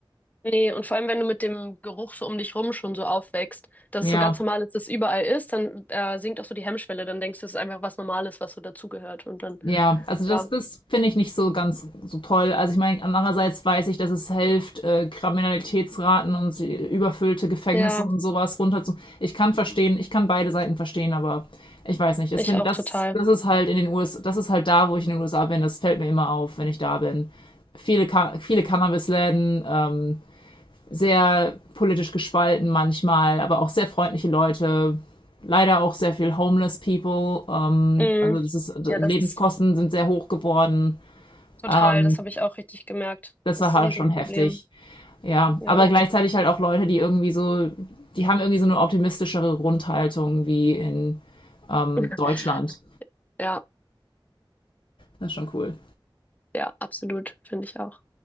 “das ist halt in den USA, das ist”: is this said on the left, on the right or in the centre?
Left